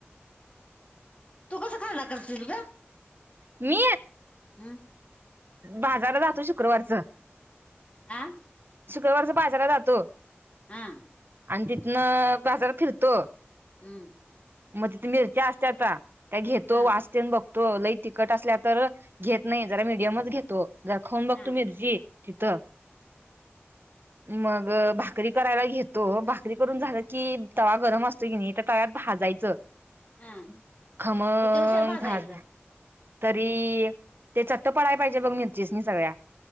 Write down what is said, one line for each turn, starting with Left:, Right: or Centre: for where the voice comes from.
Left: तू कसा खरडा करतेस गं?
Right: मी
Left: हम्.
Right: बाजारात जातो शुक्रवारच
Left: आं-
Right: शुक्रवारच बाजाराला जातो.
Left: हा.
Right: आणि तिथनं बाजारात फिरतो
Left: हम्म.
Right: मग तिथ मिरच्या असत्याता त्या घेतो
Left: हा,
Right: वास तेन बघ तो लई तिखट असल्या तर घेत नाही जरा मिडियमच घेतो. जरा खाऊन बघतो
Left: हा,
Right: मिरची तिथं मग भाकरी करायला घेतो. भाकरी करून झालं की तवा गरम असतो की नाही त्या तव्यात भाजायची.
Left: हा.
Right: खमंग
Left: किती हुशार भाजायचं
Right: भाज तरी ते चट्ट पडयला पाहिजे बघ मिरचीसनी सगळ्या